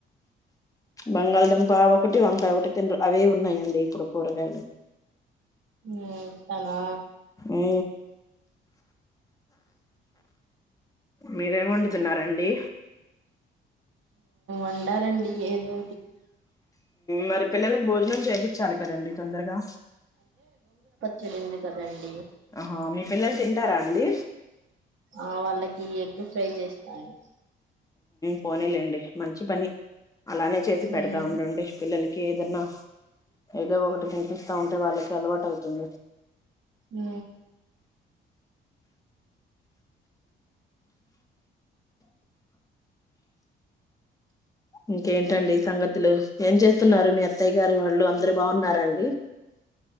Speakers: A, on the left; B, on the right.
A: బంగాళదుంప ఒకటి వంకాయ ఒకటి తినరు అవే ఉన్నాయండి ఇప్పుడు కూరగాయలు
B: ఇ తనా
A: ఉ మీరేమి వండుతున్నండి
B: ఉంటాలడి ఏదో
A: మరి పిల్లలకి భోజనం చేయించాలి కదండి తొందరగా
B: చెరింది కదండి
A: ఆహా మీ పిల్లలు తింటారా అండి
B: ఆ వాళ్ళకి ఎగ్ ఫ్రై చేస్తాండి
A: పోనలేండి మంచి పని అలానే చేసి పెడతా
B: ఉమ్
A: ఉండండి పిల్లలకి ఏదన్నా ఏదో ఒకటి తినిపిస్తా ఉంటే వాళ్ళకి అలవాటు అవుతుంది
B: హ
A: ఇంకేంటండి సంగతులు ఏం చేస్తున్నారు మీ అత్తయ్య గారు వాళ్ళు అందరు బాగున్నండి